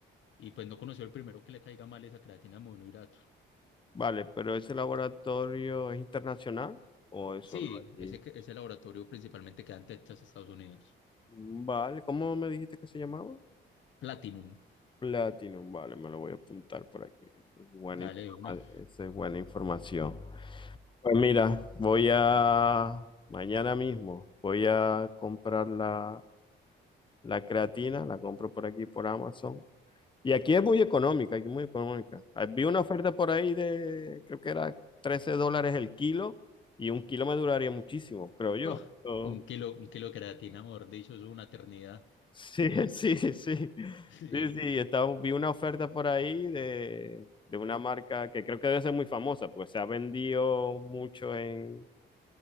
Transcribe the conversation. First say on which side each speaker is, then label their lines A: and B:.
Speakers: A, on the left; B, on the left.
A: y pues no conoció el primero que le caiga mal esa creatina de monohidrato.
B: vale, pero ese laboratorio es internacional o es
A: Sí,
B: solo aquí.
A: ese, que- ese laboratorio principalmente queda en Texas, Estados Unidos.
B: Mm, Vale, ¿cómo me dijiste que se llamaba?
A: Platinum.
B: Platinum, vale, me lo voy a apuntar por aquí. Buena
A: Dale
B: informa-
A: de una.
B: esa es buena información. Pues mira, voy a, mañana mismo, voy a comprar la La creatina la compro por aquí, por Amazon. Y aquí es muy económica, aquí es muy económica. Ah, Vi una oferta por ahí de, creo que era 13 dólares el kilo y un kilo me duraría muchísimo,
A: <laughs>
B: creo yo.
A: ¡Oh!
B: Oh,
A: un kilo, un kilo de creatina, mejor dicho, es una eternidad.
B: Sí, <laughs> sí, sí.
A: <laughs> Sí,
B: Sí, sí, estaba, vi una oferta por ahí de, de una marca que creo que debe ser muy famosa, pues se ha vendido mucho en,